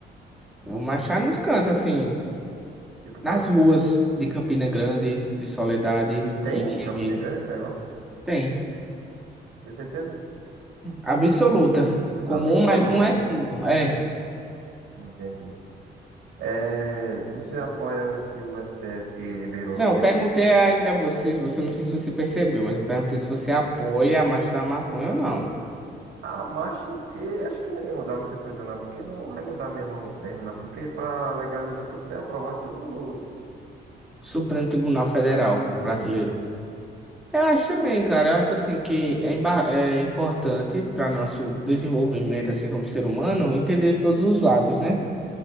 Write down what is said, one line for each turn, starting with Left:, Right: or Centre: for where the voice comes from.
Centre: Vou marchar nos cantos, assim.
Right: Tipo quais?
Centre: Nas ruas de Campina Grande, de Soledade
Right: E tem
Centre: e de
Right: em
Centre: Remígio.
Right: Campina Grande esse negócio?
Centre: Tem.
Right: Tem certeza?
Centre: Absoluta. Comum,
Right: Absoluta.
Centre: mas um é cinco. É.
Right: Não entendi. É, você apoia que o STF liberou
Centre: Não,
Right: seis?
Centre: eu perguntei ainda a vocês, você não sei se você percebeu, mas eu perguntei se você apoia a marcha da maconha ou não.
Right: A marcha em si, acho que não ia mudar muita coisa não, porque não vai mudar mesmo, mesmo não, porque para legalizar tem que ser aprovado pelos...
Centre: Supremo Tribunal Federal
Right: Sim.
Centre: brasileiro. Eu acho também, cara. Eu acho assim que é, emba- é importante para nosso desenvolvimento, assim como ser humano, entender todos os lados, né?